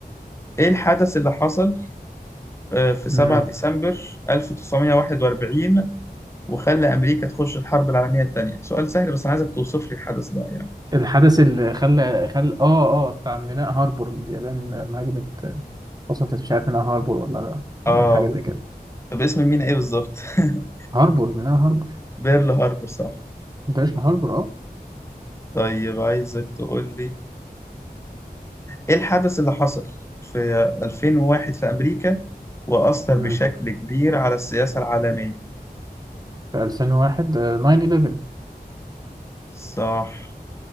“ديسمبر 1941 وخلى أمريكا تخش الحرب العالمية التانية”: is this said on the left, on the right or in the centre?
Left